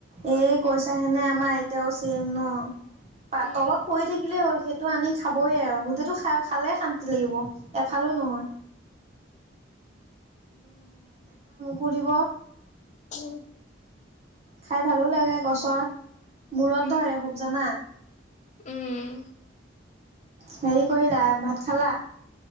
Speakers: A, on the right; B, on the left.
A: এই কইচাখনে আমাৰ আইতাও ছেম ন। পাত
B: উম।
A: তলত পৰি থাকিলেই হ'ল সেইটো আনি খাবই আৰু গোটেটো খা খালে শান্তি লাগিব। এফালে নহয় কৰিব।
B: উম।
A: খাই ভালো লাগে গছৰ, মূৰত
B: উম
A: ধৰে খুব জানা।
B: উম।
A: হেৰি কৰিলা ভাত খালা?